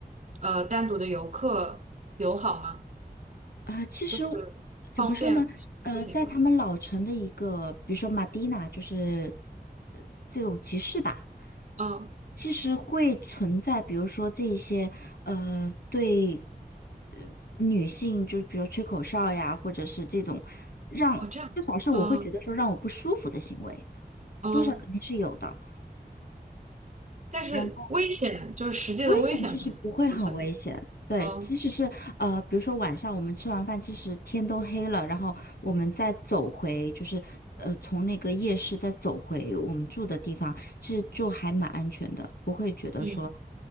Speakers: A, on the right (about 45°); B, on the left (about 75°).
A: 呃单独的游客友好吗？
B: 呃，其实
A: 就是
B: 怎么说呢？
A: 方便出行吗？
B: 呃，在他们老城的一个，比如说马蒂娜，就是呃这种集市吧，
A: 嗯，
B: 其实会存在，比如说这一些呃对呃女性，就是比如吹口哨呀，或者是这种让至少是我会觉得说让我不舒服的行为，
A: 哦这样，嗯嗯，
B: 多少肯定是有的。
A: 但是危险就是实际的危险可能不存在。
B: 然危险其实不会很危险，对，
A: 嗯
B: 即使是呃，比如说晚上我们吃完饭，其实天都黑了，然后我们再走回，就是呃，从那个夜市再走回我们住的地方，其实就还蛮安全的，不会觉得说
A: 嗯